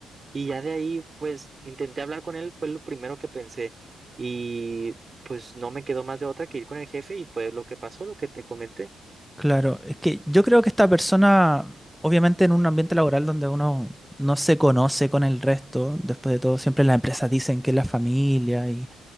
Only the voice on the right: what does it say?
Y ya de ahí, pues, intenté hablar con él, fue lo primero que pensé. Y pues no me quedó más de otra que ir con el jefe y fue lo que pasó, lo que te comenté.